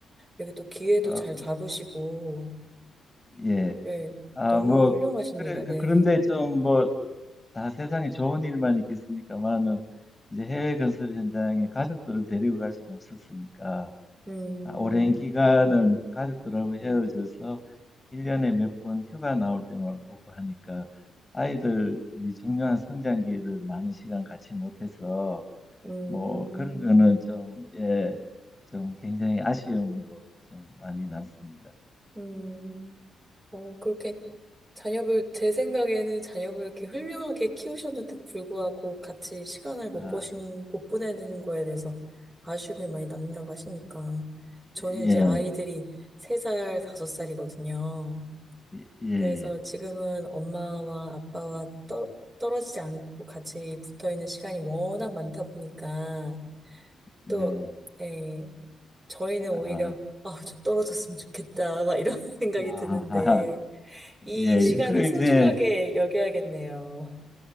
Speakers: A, on the right; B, on the left.
A: 여기 또 기회도
B: 어,
A: 잘 잡으시고,
B: 예.
A: 네,
B: 아,
A: 너무
B: 뭐,
A: 훌륭하십니다.
B: 그래, 그-
A: 네.
B: 그런데 좀 뭐, 다 세상에 좋은 일만 있겠습니까만은, 이제 해외 건설 현장에 가족들을 데리고 갈 수는 없었으니까,
A: 음,
B: 아, 오랜 기간을 가족들하고 헤어져서 1년에 몇 번 휴가 나올 때만 보고 하니까, 아이들이 중요한 성장기를 많은 시간 같이 못해서,
A: 음,
B: 뭐, 그런 거는 좀, 예, 좀 굉장히 아쉬움으로 좀 많이 남습니다.
A: 음, 어, 그렇게, 자녀를, 제 생각에는 자녀를 이렇게 훌륭하게 키우셨는데도 불구하고 같이 시간을 못
B: 아,
A: 보신, 못 보내는 거에 대해서 아쉬움이 많이 남는다고 하시니까. 저는
B: 예.
A: 이제 아이들이 3살, 5살이거든요.
B: 예, 예.
A: 그래서 지금은 엄마와 아빠와 떠, 떨어지지 않고 같이 붙어 있는 시간이 워낙 많다 보니까
B: 네.
A: 또, 예, 저희는 오히려,
B: 아,
A: 아, 좀 떨어졌으면 좋겠다, 막 이런 <laughs> 생각이
B: 아,
A: 드는데. 이
B: 예.
A: 시간을
B: 그래,
A: 소중하게
B: 이제,
A: 여겨야겠네요.